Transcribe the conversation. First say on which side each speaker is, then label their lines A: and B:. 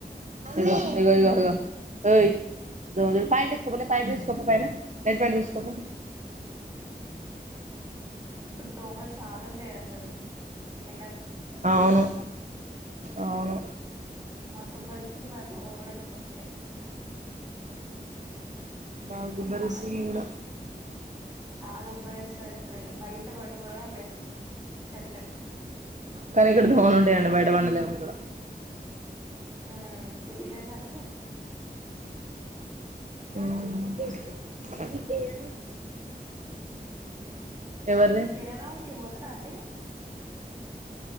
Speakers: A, on the right; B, on the right.
A: ఇదిగో ఇగో
B: ఉమ్
A: ఇగో ఇగో ఓయ్ ఇదో దో ప్యాంట్ విప్పుకో లే ప్యాంట్ తెచ్చుకో పో పైన నైట్ ప్యాంట్ తెచ్చుకో పో
B: ఇప్పుడు దోమలు చాలా ఉంటాయి అసలు ఎన్
A: అవును అవును
B: మస్త్ ఉబ్బదీత్తుంది మళ్ళీ దోమలు గూడ ఎక్కువ వస్తాయి.
A: బాగా
B: ఉమ్
A: ఉబ్బదీస్తుంది ఈడ
B: చాలా ఉబ్బదీస్తది ఇప్పుడిగా బయట పడుకోవడమే బెస్ట్ <unintelligible>
A: కానీ ఇక్కడ దోమలుంటాయండి బయట పండలేము ఇక్కడ
B: ఆ సిటీలల్లో అంతే
A: ఊమ్ ఎవరిది
B: శ్రీరామనవమికి పోతున్నారా అండి